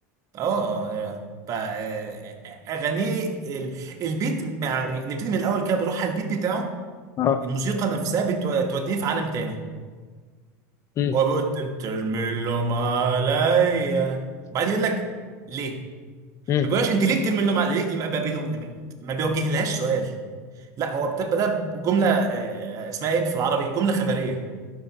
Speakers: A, on the right; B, on the left.
A: اه ف آه، اغانيه ال- البيت يعني نبتدي من الاول كده بروح على البيت بتاعه
B: اه
A: الموسيقى نفسها بتوديه في عالم تاني
B: امم
A: وبترمي اللوم عليا بعدين يقول لك ليه
B: امم
A: ما بيقولهاش انت ليه بترمي اللوم على ليه ما بيقولهم- لما- ما بيوجهلهاش سؤال لا هو بتبقى ده جمله آه، اسمها ايه في العربي جمله خبريه